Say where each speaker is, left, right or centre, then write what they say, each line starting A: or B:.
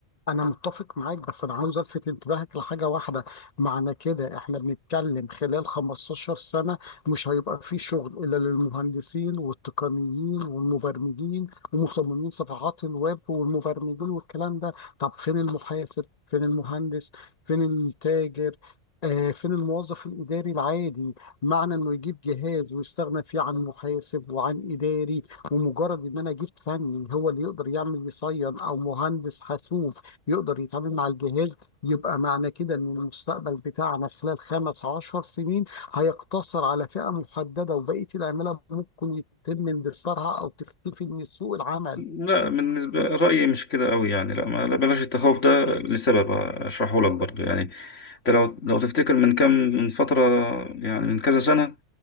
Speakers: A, on the left (about 35°); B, on the left (about 80°).
A: أنا متفق معاك بس أنا عاوز ألفت انتباهك لحاجة واحدة معنى كده إحنا بنتكلم خلال 15 سنة مش هيبقى في شغل إلا للمهندسين والتقنيين والمبرمجين ومصممين صفحات الويب والمبرمجين والكلام ده طب فين المحاسب؟ فين المهندس؟ فين التاجر؟ آه فين الموظف الإداري العادي؟ معنى إنه يجيب جهاز ويستغنى فيه عن محاسب وعن إداري ومجرد إن أنا جبت فني هو اللي يقدر يعمل يصين أو مهندس حاسوب يقدر يتعامل مع الجهاز يبقى معنى كده ان المستقبل بتاعنا خلال خمس عشر سنين هيقتصر على فئة محددة وبقية العمالة ممكن يتم اندثارها او تختفي من سوق العمل
B: لا بالنسبة رأيي مش كده قوي يعني لا ما لا بلاش التخوف ده لسبب أشرحه لك برضو يعني انت لو لو تفتكر من كام من فترة يعني من كذا سنة